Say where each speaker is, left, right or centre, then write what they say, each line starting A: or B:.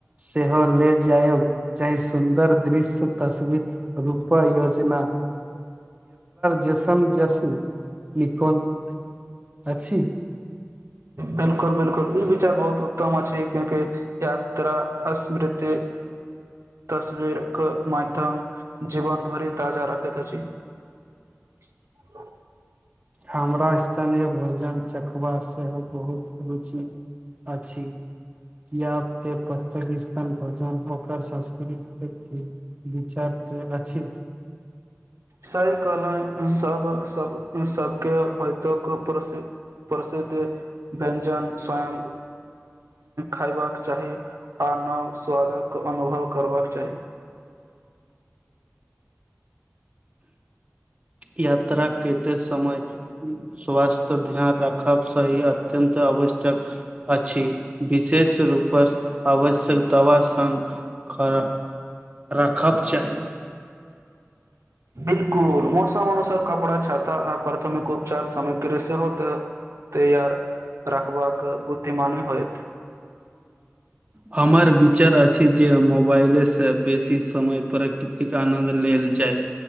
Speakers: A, on the right (about 25°); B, on the right (about 80°).
A: सेहो ले जायब चाही सुन्दर दृश्य तसवीर याचना जेसन जेसी <unintelligible> लिखोन अछी
B: बिल्कुल बिल्कुल ई विचार बहुत उत्तम अछि क्यूंकि यात्रा अस्मृत ते तस्वीरक माध्यम जीवन भरि ताजा रखैत अछि। आ <inaudible>
A: हमरा स्थानीय भोजन चखबा सेहो बहुत रुचि अछि। कब पतिस्तान भजन ओकर सांस्कृतिक विचार। त अछी
B: सही कहल, सब सब सभकेँ सभ समय प्रसन्नता नहि होइत अछि। प्रसिद्ध व्यञ्जन स्वयं खयबाक चाही आ नव स्वादक अनुभव करबाक चाही।
A: यात्रा करैत समय स्वास्थ्यक ध्यान राख ब सही अत्यत आवश्यक अछि विशेष रूप। पर आवश्यक दवा संग खा राखब चाही।
B: बिलकुल, मौसम अनुसार कपड़ा छाता आ प्राथमिक उपचार समय सेहो तऽ तैयार रखबाक बुद्धिमानी होयत। <inaudible>
A: हमर विचार अछि जे मोबाइले सँ बेसी समय प्राकृतिक आनन्द लेल जाय।